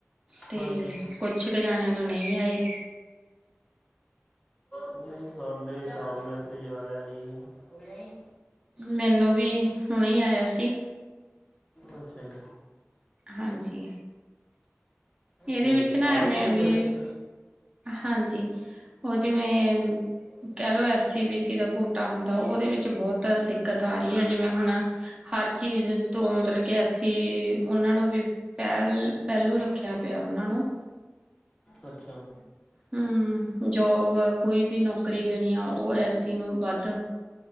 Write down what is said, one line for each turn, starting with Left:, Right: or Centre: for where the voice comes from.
Right: ਤੇ
Left: ਹਾਂਜੀ
Right: ਕੁ -ਛ- ਕੁ ਜਾਣਿਆਂ ਨੂੰ ਨਈ ਆਏ।
Left: ਨਹੀਂ ਸਾਡੇ ਤਾਂ ਮੈਸੇਜ ਆਇਆ ਨਹੀਂ ਜੀ
Right: ਮੈਨੂੰ ਵੀ ਹੁਣੇ ਹੀ ਆਇਆ ਸੀ।
Left: ਅੱਛਾ ਜੀ।
Right: ਹਾਂਜੀ ਇਹਦੇ
Left: ਤੇ
Right: ਵਿੱਚ ਨਾ
Left: ਆ
Right: ਐਵੇਂ
Left: ਗਏ ਤੁਆਨੂੰ
Right: ਵੀ
Left: ਪੈਸੇ ਜੀ?
Right: ਹਾਂਜੀ ਉਹ ਜਿਵੇਂ ਕਹਿ ਲਓ ਐਸਸੀ-ਬੀਸੀ ਦਾ ਕੋਟਾ ਹੁੰਦਾ ਉਹਦੇ ਵਿੱਚ ਬੋਤ ਦਿੱ ਦਿੱਕਤ ਆਰੀ ਹੈ ਜਿਵੇਂ ਹੁਣ, ਹਰ ਚੀਜ਼ ਤੋਂ ਮਤਲਬ ਕਿ ਐਸੀਂ ਉਹਨਾਂ ਨੂੰ ਵੀ ਪੈਲ -ਪਹਿਲੂ ਰੱਖਿਆ ਪਿਆ ਉਹਨਾਂ ਨੂੰ
Left: ਅੱਛਾ
Right: ਹਮ ਜੋਬ ਵਾ ਕੋਈ ਵੀ ਨੌਕਰੀ ਦੇਣੀ ਆ ਉਹ ਐਸੀ ਨੂੰ ਵੱਧ